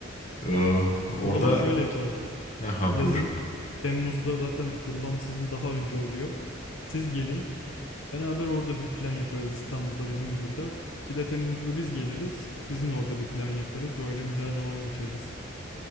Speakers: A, on the left; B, on the left.
A: Ee, orada
B: O zaman şöyle yapalım.
A: ha
B: Yazın
A: buyur.
B: Temmuz'da zaten kurban sizin daha önce oluyor. Siz gelin. Beraber orada bir plan yaparız İstanbul'da bizim burada. Bir de Temmuz'da biz geliriz. Sizin orada bir plan yaparız. Böyle güzel zaman geçiririz.